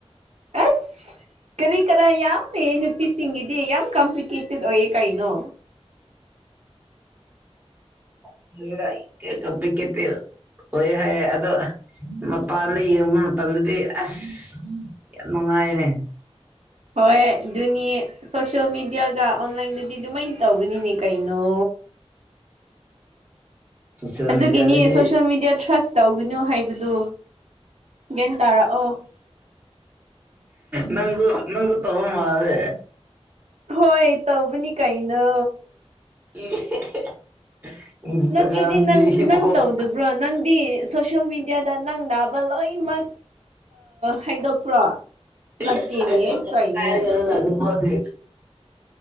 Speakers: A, on the right (about 75°); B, on the right (about 15°).
A: ꯑꯁ ꯀꯔꯤ ꯀꯔꯥ ꯌꯥꯝ ꯅꯨꯄꯤꯁꯤꯡꯒꯤꯗꯤ ꯌꯥꯝ ꯀꯝꯄ꯭ꯂꯤꯀꯦꯇꯦꯠ ꯑꯣꯏꯌꯦ ꯀꯩꯅꯣ
B: ꯈꯪꯗꯔꯦꯗ ꯑꯩ ꯀꯔꯤ ꯀꯝꯄꯤꯜꯀꯦꯇꯦꯠ ꯑꯣꯏꯌꯦ ꯍꯥꯏꯌꯦ ꯑꯗꯣ ꯃꯄꯥꯟꯅ ꯌꯦꯡꯕ ꯃꯇꯝꯗꯗꯤ ꯑꯁ ꯌꯥꯝ ꯅꯨꯡꯉꯥꯏ ꯍꯥꯏꯅꯦ
A: ꯍꯣꯏ ꯑꯗꯨꯅꯤ ꯁꯣꯁꯌꯦꯜ ꯃꯦꯗꯤꯌꯥꯒ ꯑꯣꯟꯂꯥꯏꯟꯗꯗꯤ ꯑꯗꯨꯃꯥꯏꯅ ꯇꯧꯕꯅꯤꯅꯦ ꯀꯩꯅꯣ
B: <inaudible> ꯁꯣꯁꯦꯜ
A: ꯑꯗꯨꯗꯒꯤꯅꯤ
B: ꯃꯦꯗꯤꯌꯥꯁꯤꯗꯤ
A: ꯁꯣꯁꯜ ꯃꯦꯗꯤꯌ ꯇꯔꯁ ꯇꯧꯒꯅꯨ ꯍꯥꯏꯕꯗꯨ ꯒꯌꯥꯟ ꯇꯥꯔꯛꯑꯣ
B: ꯅꯪꯖꯨ ꯅꯪꯖꯨ ꯇꯧꯕ ꯃꯥꯟꯂꯦ
A: ꯍꯣꯏ ꯇꯧꯕꯅꯤ ꯀꯩꯅꯣ
B: <unintelligible> ꯏꯟꯁꯇꯥꯒ꯭ꯔꯥꯝꯗꯤ
A: ꯅꯠꯇ꯭ꯔꯗꯤ ꯅꯪ
B: ꯍꯤꯞ
A: ꯅꯪ
B: ꯍꯣꯞ
A: ꯇꯧꯗꯕ꯭ꯔꯣ ꯅꯪꯗꯤ ꯁꯣꯁꯌꯦꯜ ꯃꯦꯗꯤꯌꯥꯗ ꯅꯪ ꯅꯥꯕ ꯂꯣꯏꯅꯃꯛ ꯍꯥꯏꯗꯣꯛꯄ꯭ꯔꯣ ꯅꯠꯇꯦꯅꯦ
B: ꯢ ꯍꯥꯢꯗꯣꯛꯇꯦ
A: ꯀꯩꯅꯣ
B: ꯀꯥꯢꯗꯩꯅꯣꯗ ꯑꯗꯨꯐꯧꯗꯤ